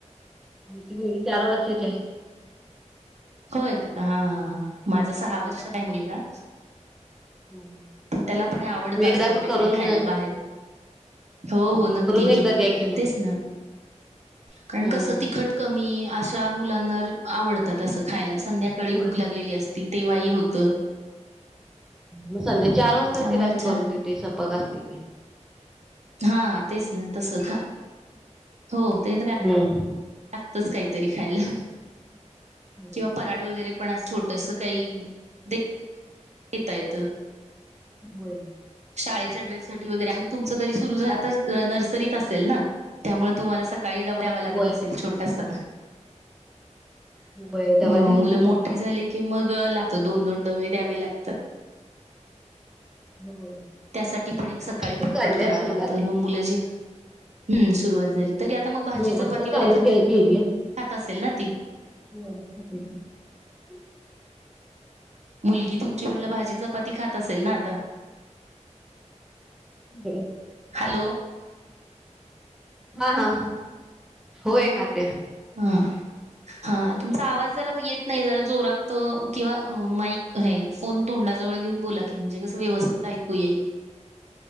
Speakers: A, in the centre; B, on the right (about 65°).
A: आमची मुलगी चार वर्षाची आहे.
B: होय का हा हा हा माझा सहा
A: होय.
B: वर्षात आहे मुलगा.
A: हम्म.
B: पण त्याला पण आवडत
A: तुम्ही
B: असल
A: एकदा मग
B: काही
A: करून
B: काही खायला बाहेर. हो हो नक्की
A: करून एकदा
B: की
A: द्या कि मग.
B: तेच ना. कारण
A: हम्म.
B: कस तिखट कमी अशा मुलांना आवडतात असं खायला. संध्याकाळी
A: होय.
B: भूक
A: होय.
B: लागलेली असती तेव्हाय होत.
A: म संध्या चार वाजता
B: त्यामुळे
A: तिला मी
B: छान
A: करून देते सपक असते ते.
B: हा तेच ना तस ख हो ते तर आहे.
A: हम्म.
B: लागतच काहीतरी खायला
A: होय.
B: किंवा पराठ वगैरे पण छोट. तसं काही घेता येत.
A: <unintelligible>
B: शाळेच्या डब्यासाठी वगैरे अजून तुमच तरी सुरु आत्ताच नर्सरीत असेल ना त्यामुळे तुम्हाला सकाळी. सकाळी डबा द्यावं लागत
A: होय.
B: असेल छोटासा.
A: होय डबा
B: अ
A: द्यायला
B: मुलं
A: लागते.
B: मोठी झाली की मग ला. तर दोन दोन डवे द्यावे लागतात.
A: होय.
B: त्यासाठी पण एक सकाळी
A: आता ते
B: पटपट
A: चालली
B: करावं
A: आहे सुरुवात.
B: लागत मुलं जे ह्म सुरुवात झाली. तरी आता मग भाजी
A: हम्म
B: चपाती
A: आता
B: वगैरे
A: चालू
B: खातात
A: के केलीया.
B: असेल ना ती.
A: <unintelligible>
B: मुलगी तुमची म्हटलं भाजी चपाती खात असेल ना आता.
A: <unintelligible>
B: हॅलो
A: हा हा हो होय खाते.
B: हा. हा तुमचा आवाज जरा येत नाही जरा जोरात किंवा माईक हे फोन तोंड. तोंडाजवळ घेऊन बोला की म्हणजे कसं व्यवस्थित ऐकू येईल..